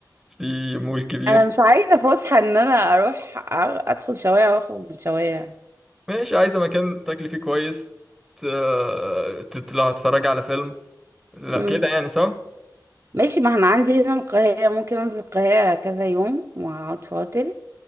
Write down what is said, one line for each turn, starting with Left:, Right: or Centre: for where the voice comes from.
Centre: في مول كبير
Right: انا مش عايزه فسحه ان انا اروح أ- ادخل شوارع واخرج من شوارع
Centre: ماشي عايزة مكان تاكلي فيه كويس ت- تطلع تتفرج على فيلم لا
Right: مم.
Centre: كده يعني صح؟
Right: ماشي ما انا عندي هنا القاهره ممكن انزل القاهره كذا يوم واقعد فاضل